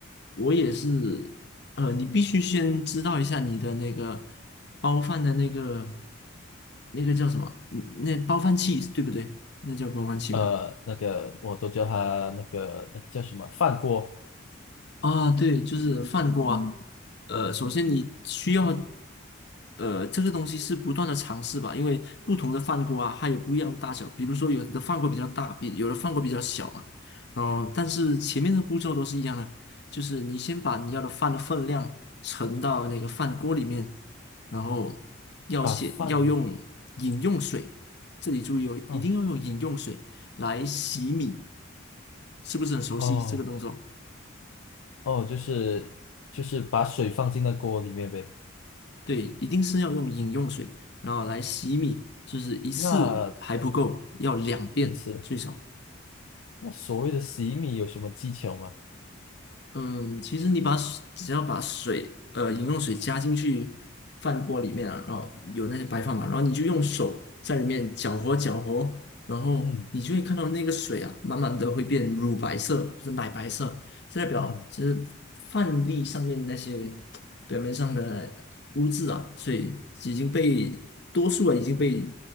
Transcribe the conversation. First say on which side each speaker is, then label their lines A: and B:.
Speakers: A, on the left; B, on the left.
A: 我也是，呃，你必须先知道一下你的那个包饭的那个那个叫什么，嗯那包饭器对不对？那叫包饭器吧。
B: 呃，那个我都叫他那个那个叫什么饭锅，
A: 啊，对，就是饭锅啊。呃，首先你需要，呃，这个东西是不断的尝试吧，因为不同的饭锅啊，它有不一样的大小。比如说，有的饭锅比较大，比有的饭锅比较小嘛。然后，但是前面的步骤都是一样的，就是你先把你要的饭的分量盛到那个饭锅里面，然后要先要用饮用水，
B: 把饭的，
A: 这里注意哦，
B: 嗯，
A: 一定要用饮用水来洗米，是不是很熟悉这个动作？
B: 哦哦，就是就是把水放进那锅里面呗。
A: 对，一定是要用饮用水，然后来洗米，就是一次还不够，
B: 那
A: 要两遍最少。
B: 一次，那所谓的洗米有什么技巧吗？
A: 嗯，其实你把水只要把水，呃，饮用水加进去饭锅里面啊，然后有那些白饭嘛，然后你就用手在里面搅和搅和，然后你就会看到那个水啊，
B: 嗯
A: 慢慢的会变乳白色，就是奶白色，这代表其实饭粒上面那些表面上的污渍啊，
B: 嗯。
A: 所以已经被多数啊已经被